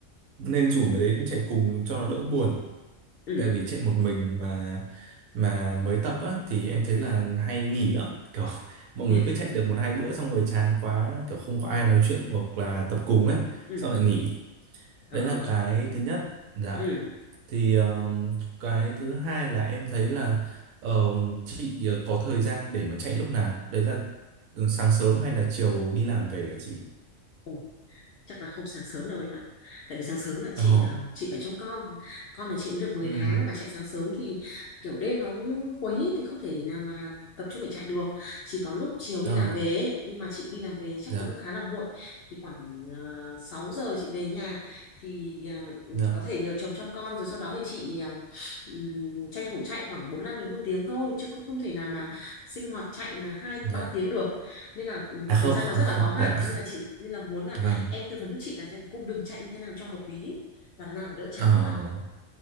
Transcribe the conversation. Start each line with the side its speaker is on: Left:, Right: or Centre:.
Right: nên rủ người đấy đến chạy cùng cho nó đỡ buồn,
Left: ừ
Right: tại vì chạy một mình mà mà mới tập á thì em thấy là hay nghỉ á, kiểu <laughs> mọi
Left: <laughs>
Right: người cứ chạy được một hai bữa xong rồi chán quá, kiểu không có ai nói chuyện hoặc là tập cùng ấy,
Left: ừ
Right: xong lại nghỉ
Left: ờ
Right: đấy là cái thứ nhất dạ
Left: ừ
Right: thì um, cái thứ hai là em thấy là um, chị uh, có thời gian để mà chạy lúc nào đấy là ừ, sáng sớm hay là chiều đi làm về hả chị
Left: ừ. chắc là không sáng sớm đâu em ạ tại vì sáng sớm là
Right: ờ
Left: chị à, chị phải trông con con nhà chị mới được mười
Right: ừ
Left: tháng mà chạy sáng sớm thì kiểu đêm nó cũng quấy ấy, thì không thể nào mà tập trung để chạy được chỉ có lúc chiều
Right: ờ
Left: đi làm về ấy. nhưng mà chị đi làm về chắc
Right: dạ
Left: cũng khá là muộn thì khoảng uh, 6 giờ chị về nhà thì à, ừm,
Right: dạ
Left: có thể nhờ chồng trông con rồi sau đó thì chị à, ừm, tranh thủ chạy khoảng 45 đến một tiếng thôi chứ cũng không thể nào mà sinh hoạt chạy mà hai
Right: dạ
Left: ba tiếng được nên là ừ,
Right: à không
Left: thời gian
Right: không
Left: nó rất là có
Right: <laughs>
Left: hạn
Right: dạ
Left: nên là chị nên là muốn là
Right: vâng
Left: em tư vấn giúp chị là xem cung đường chạy như thế nào cho hợp lý và là nào đỡ chán
Right: ờ
Left: em ạ